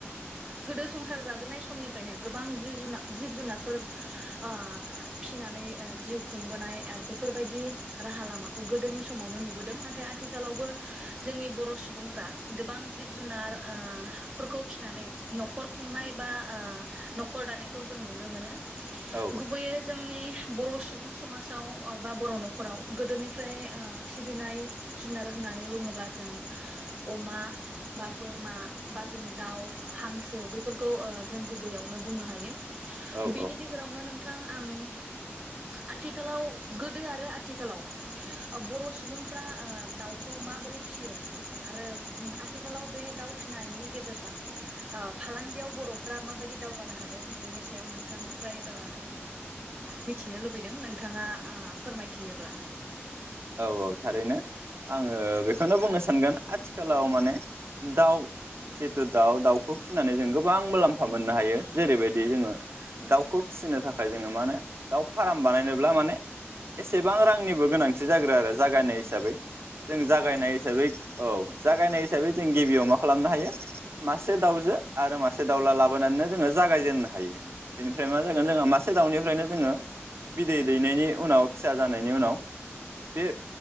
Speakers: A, on the right; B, on the right.
A: गोदो ओ संसार जाजेननाय समनिफ्रायनो गोबां जिब जुनार अ जिब जुनारफोर ओ फिनानै जिउ खुंबोनाय बेफोरबायदि राहा लामाखौ गोदोनि समावनो नुबोदों नाथाय आथिखालावबो जोंनि बर' सुबुंफ्रा गोबां जिब जुनार फोरफोरखौ ओ फिनानै नखर खुंनाय बा नखर दानायखौ जों नुनो मोनो।
B: औ
A: गुबैयै जोंनि बर' सुबुं समाजाव बा बर' नखराव गोदोनिफ्राय ओ फिबिनाय जुनार होननानै बुङोब्ला जों अमा बा बोरमा बा जों दाउ हांसो बेफोरखौ जों गुबैयावनो बुंनो हायो। बेनि
B: औ औ
A: गेजेरावनो नों नोंथां आं ओ थिखालाव गोदो आरो आथिखालाव बर' सुबुंफ्रा ओ दाउखौ माबोरै फियो आरो आथिखालाव बे दाउ फिनायनि गेजेरजों ओ फालांगि गियाव बर'फ्रा माबायदि दावगानो हादों। बिनि सायाव नोंथांनिफ्राय ओ मिथिनो लुबैदों नों नोंथाङा आ फोरमायथियोब्ला
B: औ औ थारैनो आङो बेखौनो बुंनो सानगोन आथिखालाव माने दाउ जिथु दाउ दाउखौ फिनानै जों गोबां मुलाम्फा मोननो हायो जेरैबायदि जोङो दाउखौ फिसिनो थाखाय जोङो माने दाउ फार्म बानायनोब्ला माने एसेबां रांनिबो गोनां थि जाग्रो आरो जागायनाय हिसाबै जों जागायनाय
A: थारैनो
B: हिसाबै
A: नोंथां
B: औ जागायनाय हिसाबै जों गिबियाव मा खालामनो हायो मासे दाउजो आरो मासे दाउला लाबोनानैनो जोङो जागायजेननो हायो बेनिफ्राय मा जागोन जोंहा मासे दाउनिफ्रायनो जोङो बिदै दैनायनि उनाव फिसा जानायनि उनाव बे